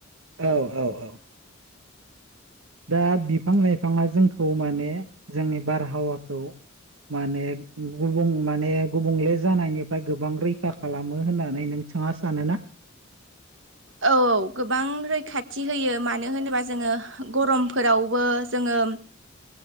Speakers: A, on the right; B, on the right.
A: औ औ औ दा बिफां लाइफाङा जोंखौ माने जोंनि बारहावाखौ माने गुबुं माने गुबुंले जानायनिफ्राय गोबां रैखा खालामो होननानै नों थाङासो सानोना
B: औ औ गोबां रैखाथि होयो मानो होनोबा जोङो गरमफोरावबो जोङो